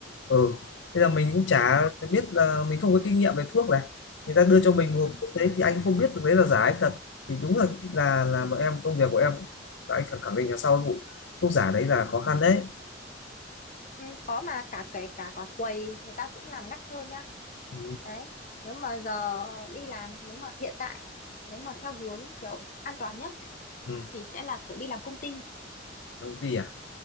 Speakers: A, on the left; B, on the left.
A: ừ thế là mình cũng chả
B: Ừ.
A: biết là mình không có kinh nghiệm về thuốc này người ta đưa cho mình một hộp
B: ừ.
A: thuốc đấy thì anh không biết được đấy là giả hay thật thì đúng là là là bọn em công việc của em anh khẳng khẳng định là sau vụ thuốc giả đấy là khó khăn đấy
B: Ừ, khó mà cả kể cả quả quầy người ta cũng làm gắt hơn nhá
A: ừ,
B: đấy nếu mà giờ đi làm nếu mà hiện tại nếu mà theo hướng kiểu an toàn nhất
A: ừ.
B: thì sẽ là kiểu đi làm công ty
A: công ty à